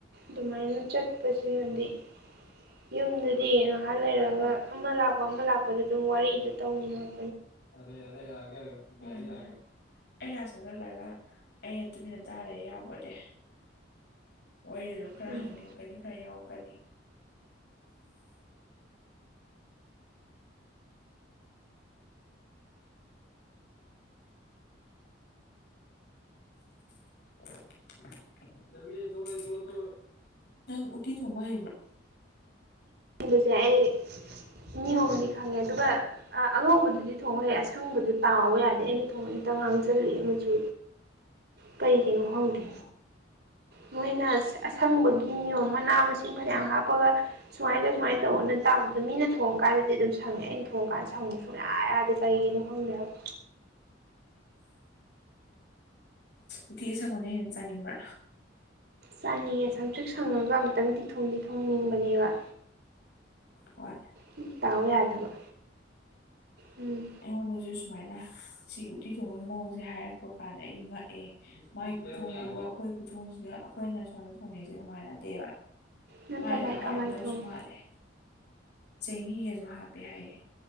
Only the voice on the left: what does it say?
ꯍꯣꯏ
ꯑꯔꯦ ꯑꯔꯦ ꯑꯥꯒꯦ ꯑꯥꯒꯦ ꯒꯥꯔꯤ ꯌꯥꯒ꯭ꯔꯦ ꯑꯩ ꯅꯥꯛ ꯆꯪꯖꯜꯂꯒ ꯑꯩꯅ ꯇꯨꯃꯤꯟꯅ ꯇꯥ ꯂꯩ ꯌꯥꯄꯣꯇꯦ ꯋꯥꯔꯤꯗ ꯗꯨꯝ ꯈꯔ
ꯍꯪꯅꯤꯡꯉꯛꯀꯅꯤ ꯈꯔ ꯌꯥꯎꯔꯛꯀꯅꯤ <unintelligible> ꯅꯪ ꯎꯇꯤ ꯊꯣꯡꯕ ꯍꯩꯕ꯭ꯔ
<inaudible>
ꯑꯣ
ꯎꯇꯤ ꯑꯁꯪꯕꯅ ꯍꯦꯟꯅ ꯆꯥꯅꯤꯡꯕ꯭ꯔ
ꯍꯣꯏ
ꯑꯩꯉꯣꯟꯗꯖꯨ ꯁꯨꯃꯥꯏꯅ ꯁꯤꯒꯤ ꯎꯇꯤ ꯊꯣꯡꯕꯒꯤ ꯃꯑꯣꯡꯖꯦ ꯍꯥꯏꯔꯛꯄ ꯀꯥꯟꯗ ꯑꯩ ꯉꯛꯑꯦ꯫ ꯃꯥꯏ ꯈꯨꯊꯣꯡꯗꯨꯒ ꯑꯈꯣꯏ ꯈꯨꯊꯣꯡꯁꯤꯒ ꯑꯈꯣꯏꯅ ꯁꯣꯝꯗ ꯊꯣꯡꯅꯩꯖꯤꯒ ꯃꯥꯟꯅꯗꯦꯕ꯫
ꯃꯥꯏꯗꯣ
ꯍꯥꯎꯔꯝꯗꯧꯖꯨ
ꯃꯥꯜꯂꯦ ꯆꯦꯡꯍꯤꯒꯖꯨ ꯍꯥꯞꯄꯦ ꯍꯥꯏꯌꯦ꯫